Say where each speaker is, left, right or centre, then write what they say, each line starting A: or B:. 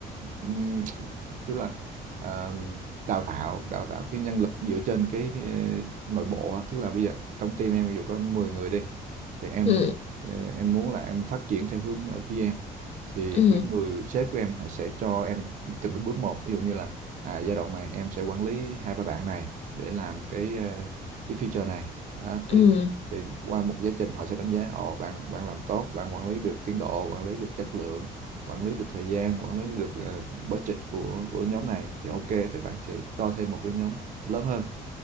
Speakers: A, on the right; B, on the left.
A: ừm, kiểu là, ờ, đào tạo đào tạo cái nhân lực dựa trên cái, ờ, nội bộ á, tức là bây giờ trong team em ví dụ có 10 người đi thì em,
B: ừ
A: ờ, em muốn là em phát triển theo hướng, ờ, PM thì
B: ừ
A: cái người sếp của em sẽ cho em từng cái bước một ví dụ như là à, giai đoạn này em sẽ quản lý hai ba bạn này để làm cái, ờ, cái feature này Đó,
B: ừ
A: thì thì qua một giáo trình họ sẽ đánh giá ồ bạn bạn làm tốt bạn quản lý được tiến độ quản lý được chất lượng quản lý được thời gian quản lý được uh, budget của của nhóm này thì ok thì bạn sẽ cho thêm một cái nhóm lớn hơn